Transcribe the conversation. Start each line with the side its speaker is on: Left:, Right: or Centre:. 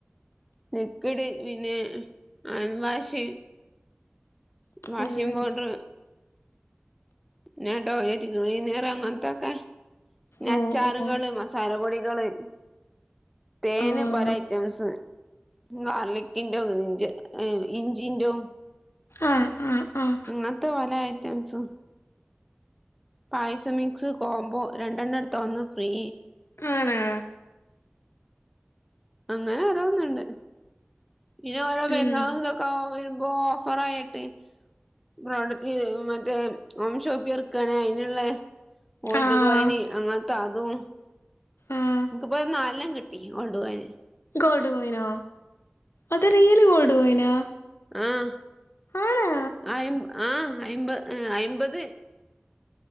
Centre: ലിക്വിഡ് പിന്നെ ഹാൻവാഷ്. വാഷിംഗ്
Left: ഉം
Centre: പൗഡറ്. പിന്നെ ടോയ്‌ലറ്റ് ക്ലീനർ അങ്ങനത്തൊക്കെ പിന്നെ
Left: ഓഹ്
Centre: അച്ചാറുകള്
Left: ഓഹ്
Centre: മസ് തല പൊടികള് തേന്
Left: ആഹ്
Centre: പല ഐറ്റംസ് ഗാർലിക്കിന്റോം ഇഞ്ച്ഇഞ്ചിന്റോം
Left: ആഹ ആഹ് ആഹ
Centre: അങ്ങൻത്തെ പല ഐറ്റംസും പായസമിക്സ് കോംബോ രണ്ടെണ്ണം എടുത്ത ഒന്ന് ഫ്രീ.
Left: ആണാ?
Centre: അങ്ങനെ ഓരോത്ണ്ട് പിന്നെ ഓരോ പെരുന്നാള്തൊക്കെ
Left: ഉം
Centre: ഒക്കോ വെരുമ്പോ ഓഫറായിട്ട്. പ്രോഡക്റ്റ് മറ്റേ ഹോം ഷോപ്പ് ഇറക്കാണെങ്കി അയിന്ള്ളേ ഗോൾഡ്
Left: ആഹ്
Centre: കോയിന് അങ്ങനത്തെ അതും.
Left: ആഹ്
Centre: ഇൻക്ക്പ്പൊരു നാലണ്ണംകിട്ട വീട്ടിക്ക് കൊണ്ടു പോവാൻ.
Left: ഗോൾഡ് കോയിനോ? അത് റിയൽ ഗോൾഡ് കോയിനാ?
Centre: ആഹാ
Left: ആണാ
Centre: അയ് ആഹ് അയ്മ്പ അയ്മ്പത്.